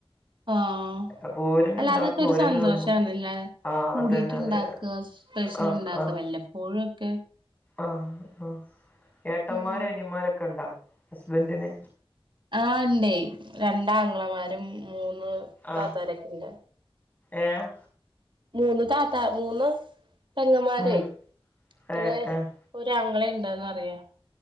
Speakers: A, on the right; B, on the left.
A: ആഹ
B: അപ്പൊ ഓരന്നെ
A: അല്ല
B: ഇണ്ടാക്കും
A: അതൊക്കെ ഒരു
B: ഓരന്നെ
A: സന്തോഷാണ്ലേ
B: തിന്നും ആഹ്
A: കൂടിട്ട്ണ്ടാക്കാ
B: അതന്നെ അതെ
A: സ്പെഷ്യൽ
B: ആഹ്
A: ഉണ്ടാക്കാം
B: ആഹ്
A: വല്ലപ്പോഴോക്കെ
B: ആഹ് ആഹ ഏട്ടന്മാരും
A: ഉം
B: അനിമാരൊക്കെ ഉണ്ടാ ഹസ്ബഡ്ന്
A: ആഹ് ഉണ്ടേ രണ്ട് ആങ്ങളെന്മാരും മൂന്ന്
B: ആഹ്
A: താത്താരൊക്കെ ഉണ്ട്.
B: ഏഹ്
A: മൂന്ന് താത്ത മൂന്ന് പെങ്ങമ്മാരെ
B: ഉം
A: പിന്നെ
B: ഏഹ് ഏഹ്
A: ഒരാങ്ങളെ ഉണ്ടന്ന് അറിയാം